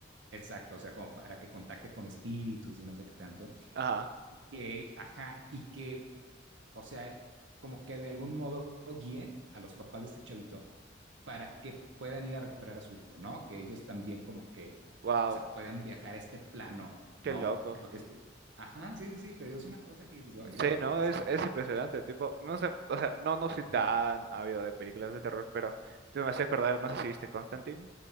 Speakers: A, on the right; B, on the right.
A: Exacto, o sea, como para que contacte con espíritus y no sé qué tanto.
B: ah,
A: Que, ajá, y que o sea, como que de algún modo guíe a los papás de este chavito para que puedan ir a recuperar a su hijo, ¿no? Que ellos también como que,
B: wow,
A: o sea, puedan viajar a este plano,
B: qué
A: ¿no?
B: loco.
A: Creo que es... Ajá, sí, sí, sí, te digo, es una cosa que dices, oye,
B: Sí,
A: pues,
B: no,
A: o sea,
B: es, es impresionante, tipo, no sé, o sea, no, no soy tan
A: ajá,
B: ávido de películas de terror, pero tipo, me hace acordar, no sé si viste Constantine,